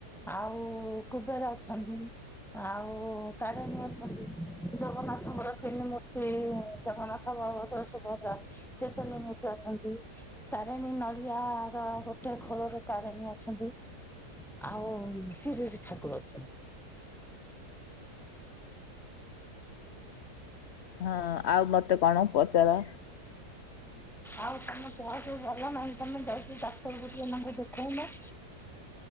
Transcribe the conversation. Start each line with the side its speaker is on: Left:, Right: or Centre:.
Centre: ଆଉ କୁବେର ଅଛନ୍ତି। ଆଉ ତାରିଣୀ ଅଛନ୍ତି ଜଗନ୍ନାଥଙ୍କର ତିନି ମୂର୍ତ୍ତି ଜଗନ୍ନାଥ ବଳଭଦ୍ର ସୁଭଦ୍ରା ସେ ଅଛନ୍ତି <unintelligible> ତାରିନି ନଡ଼ିଆ ର ଟା ଖୋଳରେ ତାରିଣୀ ଅଛନ୍ତି ଆଉ ଶିରିଡ଼ି ଠାକୁର ଅଛନ୍ତି।
Left: ହଁ ଆଉ ମତେ କଣ ପଚାର?
Centre: ଆଉ ତମ ଦେହ ସବୁ ଭଲ ନାହିଁ ତମେ ଯାହିକି ଡାକ୍ତରଙ୍କୁ ନହେଲେ ଦେଖଉନ।